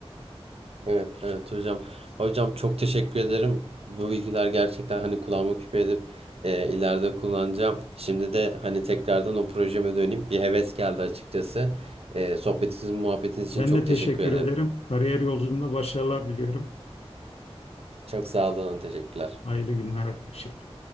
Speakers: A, on the right (about 70°); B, on the left (about 70°).
A: evet, evet hocam. Hocam çok teşekkür ederim. Bu bilgiler gerçekten hani kulağıma küpe edip e, ileride kullanacağım. Şimdi de hani tekrardan o projeme döneyim. Bir heves geldi açıkçası. E, sohbetiniz, muhabbetiniz
B: Ben
A: için çok
B: de teşekkür
A: teşekkür ederim.
B: ederim. Kariyer yolculuğunda başarılar diliyorum.
A: Çok sağ olun, teşekkürler.
B: Hayırlı günler. Teşekkür